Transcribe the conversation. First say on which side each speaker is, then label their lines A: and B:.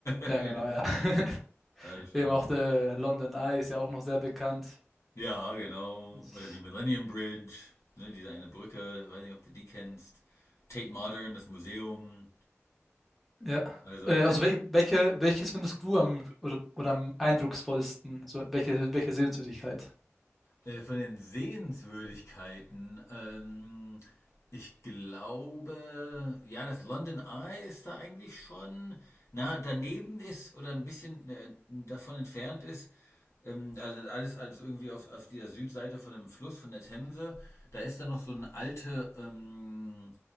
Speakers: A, on the left (about 75°); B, in the centre.
A: <laughs>
B: ja, genau, ja. <laughs>
A: All schon.
B: Eben auch der London Eye ist ja auch noch sehr bekannt.
A: Ja, genau.
B: Das-
A: Oder die Millennium Bridge, ne, diese eine Brücke, weiß nicht, ob du die kennst. Tate Modern, das Museum.
B: Ja.
A: Also,
B: Äh,
A: ne,
B: Also welche, welche, welches findest du am oder, oder am eindrucksvollsten? So, welche, welche Sehenswürdigkeit?
A: Äh, von den Sehenswürdigkeiten, ähm, ich glaube, ja, das London Eye ist da eigentlich schon, na, daneben ist oder ein bisschen äh, davon entfernt ist. Ähm, also alles, alles irgendwie auf, auf dieser Südseite von dem Fluss, von der Themse. Da ist dann noch so eine alte, ähm,